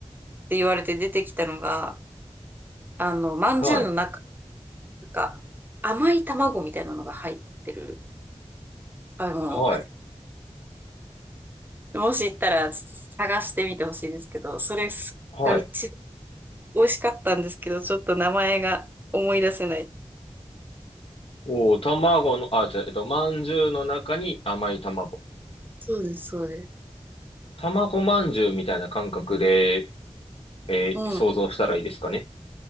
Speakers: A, on the right; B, on the left.
A: って言われて出てきたのが、あの、まんじゅうの中、
B: はい。
A: なんか、甘い卵みたいなのが入ってる食べ物。
B: はい。
A: もし行ったら、ちょっと探してみてほしいんですけど、それ
B: はい。
A: が一番美味しかったんですけど、ちょっと名前が思い出せない。
B: おー、卵の、あ、じゃあ、えっと、まんじゅうの中に甘い卵。
A: そうです、そうです。
B: 卵まんじゅうみたいな感覚で、えー想像したらいいですかね。
A: うん。